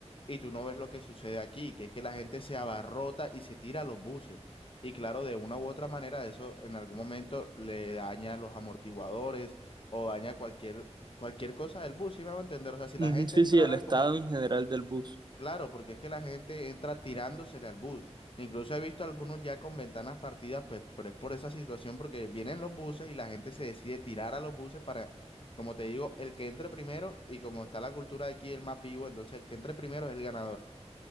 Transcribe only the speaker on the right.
Ujú,
Sí,
sí, el estado
en general del bus.